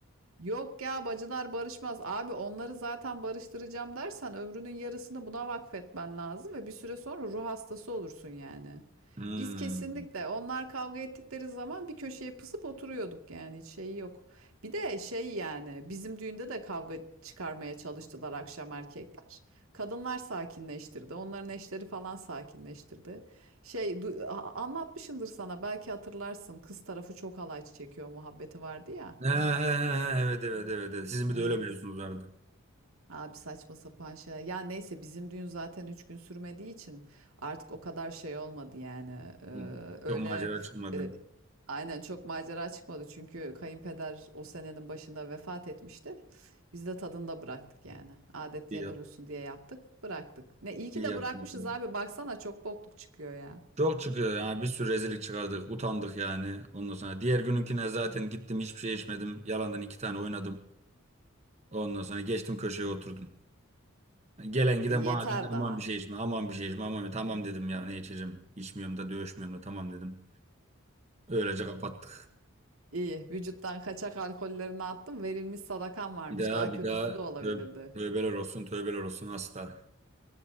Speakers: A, on the right (about 85°); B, on the right (about 30°).
A: Yok ya bacılar barışmaz. Abi onları zaten barıştıracağım dersen ömrünün yarısını buna vakfetmen lazım ve bir süre sonra ruh hastası olursun yani.
B: Hmm.
A: Biz kesinlikle onlar kavga ettikleri zaman bir köşeye pısıp oturuyorduk yani hiç şey yok. Bir de şey yani bizim düğünde de kavga çıkarmaya çalıştılar akşam erkekler. Kadınlar sakinleştirdi. Onların eşleri falan sakinleştirdi. Şey du- a- anlatmışımdır sana belki hatırlarsın. Kız tarafı çok alay çekiyor muhabbeti vardı ya.
B: Ha, ha, ha, evet evet evet. evet. Sizin
A: Ee,
B: bir de öyle mevzunuz vardı.
A: Abi saçma sapan şey. Ya neyse bizim düğün zaten 3 gün sürmediği için artık o kadar şey olmadı yani. Ee,
B: Hı.
A: öyle
B: Çok macera çıkmadı.
A: e, aynen çok macera çıkmadı. Çünkü kayınpeder o senenin başında vefat etmişti. Biz de tadında bıraktık yani. Adet
B: İyi
A: yerine
B: yap,
A: bulsun diye yaptık, bıraktık. Ne iyi ki
B: iyi
A: de
B: yapmışsınız.
A: bırakmışız abi. Baksana çok bokluk çıkıyor ya.
B: Çok çıkıyor ya. Bir sürü rezillik çıkardık. Utandık yani. Ondan sonra diğer gününkine zaten gittim hiçbir şey içmedim. Yalandan iki tane oynadım. Ondan sonra geçtim köşeye oturdum. Gelen giden
A: E, yeter
B: bana dedi aman
A: daha.
B: bir şey içme, aman bir şey içme, aman bir şey." tamam dedim ya ne içeceğim. İçmiyorum da dövüşmüyorum da tamam dedim. Öylece kapattık.
A: İyi. Vücuttan kaçak alkollerini attım. Verilmiş sadakan varmış.
B: Bir daha
A: Daha
B: bir
A: kötüsü
B: daha
A: de olabilirdi.
B: tö- tövbeler olsun tövbeler olsun asla.